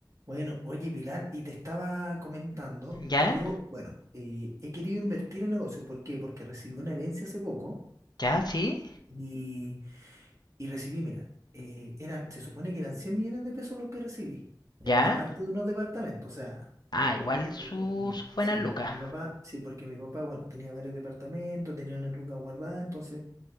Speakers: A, on the right; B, on the left.
A: Bueno, oye Pilar, y te estaba comentando
B: ¿Ya?
A: que yo, bueno, eh, he querido invertir en negocio. ¿Por qué? Porque recibí una herencia hace poco
B: ¿Ya? ¿Sí?
A: y, y recibí, mira, eh, eran, se supone que eran 100 millones de pesos los que recibí, ya,
B: ¿Ya?
A: aparte de unos departamentos, o sea,
B: Ah, igual
A: es que
B: su,
A: porque mi,
B: su buena
A: sí,
B: lucas.
A: mi, mi papá, sí, porque mi papá, bueno, tenía varios departamentos, tenía una lucas guardada, entonces